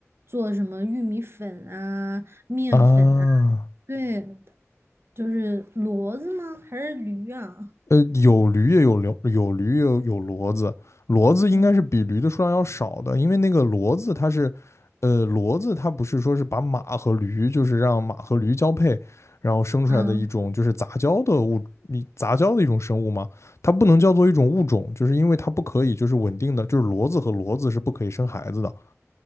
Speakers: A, on the right; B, on the left.
A: 做什么玉米粉啊、面粉啊，
B: 啊，
A: 对，就是骡子吗？还是驴啊？
B: 呃，有驴也有驴，有驴也有有骡子，骡子应该是比驴的数量要少的，
A: 嗯
B: 因为那个骡子它是，呃，骡子它不是说是把马和驴，就是让马和驴交配，然后生出来的一种就是杂交的物，
A: 啊，
B: 你杂交的一种生物嘛，它不能叫做一种物种，就是因为它不可以就是稳定的，就是骡子和骡子是不可以生孩子的。